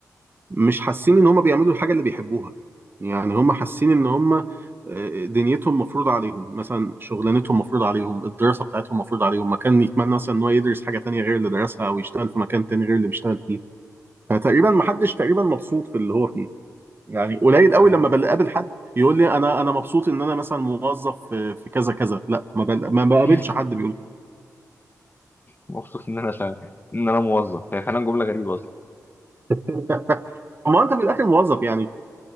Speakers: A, on the right (about 30°); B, on the left (about 30°).
A: مش حاسين ان هم بيعملوا الحاجه اللي بيحبوها يعني هم حاسين ان هم آه، دنيتهم مفروض عليهم مثلا شغلانتهم مفروض عليهم الدراسه بتاعتهم مفروض عليهم مكان يتمنى مثلا ان هو يدرس حاجه تانية غير اللي درسها او يشتغل في مكان تاني غير اللي بيشتغل فيه فتقريبا ما حدش تقريبا مبسوط في اللي هو فيه يعني قليل
B: فاهم.
A: قوي لما بقابل حد يقول لي انا انا مبسوط ان انا مثلا موظف في في كذا كذا لا ما بل- ما بقابلش
B: <laughs>
A: حد بيقول
B: مبسوط ان انا شغ... ان انا موظف هي فعلا جمله غريبه اصلا
A: <laughs> ما انت في الاخر موظف يعني